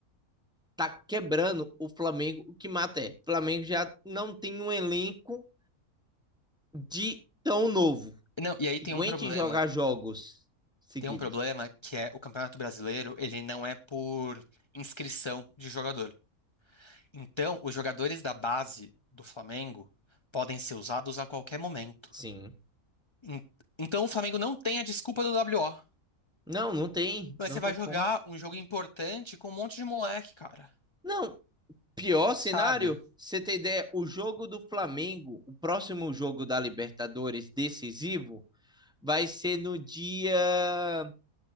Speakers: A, in the centre; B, on the left (about 30°).
A: tá quebrando o Flamengo, o que mata é. O Flamengo já não tem um elenco de tão novo.
B: Não, e aí tem
A: aguente
B: um problema.
A: jogar jogos seguidos.
B: Tem um problema que é o Campeonato Brasileiro, ele não é por inscrição de jogador. Então, os jogadores da base do Flamengo podem ser usados a qualquer momento.
A: Sim.
B: En- Então, o Flamengo não tem a desculpa do WO.
A: Não, não tem,
B: Mas
A: não
B: você vai
A: tem
B: jogar
A: como.
B: um jogo importante com um monte de moleque, cara.
A: Não, pior cenário,
B: Sabe?
A: você tem ideia, o jogo do Flamengo, o próximo jogo da Libertadores decisivo, vai ser no dia,